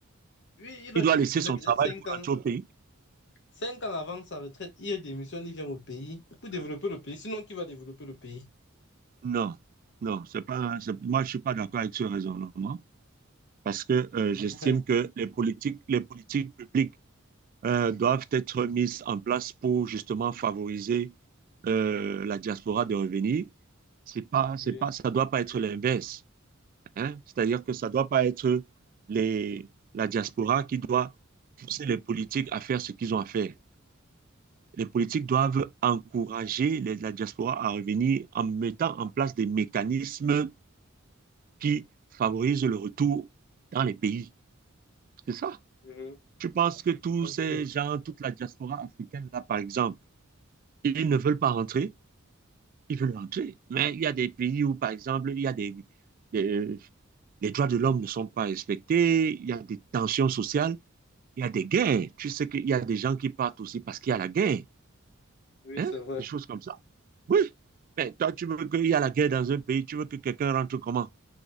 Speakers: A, on the left (about 55°); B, on the right (about 40°).
A: Lui, il
B: Il
A: a
B: doit
A: démissionné
B: laisser son
A: peut-être
B: travail
A: 5
B: pour
A: ans.
B: rentrer au pays?
A: cinq ans avant sa retraite, il démissionne, il vient au pays pour développer
B: Ah,
A: le pays. Sinon, qui va développer le pays?
B: Non, non, c'est pas, c'est- moi, je suis pas d'accord avec ce raisonnement parce que euh,
A: <laughs>
B: j'estime que les politiques, les politiques publiques euh, doivent être mises en place pour justement favoriser euh, la diaspora de revenir. C'est pas, c'est
A: Oui.
B: pas, ça doit pas être l'inverse. hein. C'est-à-dire que ça ne doit pas être les, la diaspora qui doit pousser les politiques à faire ce qu'ils ont à faire. Les politiques doivent encourager les- la diaspora à revenir en mettant en place des mécanismes qui favorisent le retour dans les pays. C'est ça.
A: Mhm.
B: Je pense que tous
A: Donc,
B: ces
A: c'est-
B: gens, toute la diaspora africaine, là, par exemple, ils ne veulent pas rentrer, ils veulent rentrer. Mais il y a des pays où, par exemple, il y a des, des- les droits de l'homme ne sont pas respectés, il y a des tensions sociales. Il y a des guerres. Tu sais qu'il y a des gens qui partent aussi parce qu'il y a la guerre.
A: Oui,
B: Hein?
A: c'est vrai.
B: Des choses comme ça. Oui. Mais toi, tu veux qu'il y ait la guerre dans un pays, tu veux que quelqu'un rentre comment?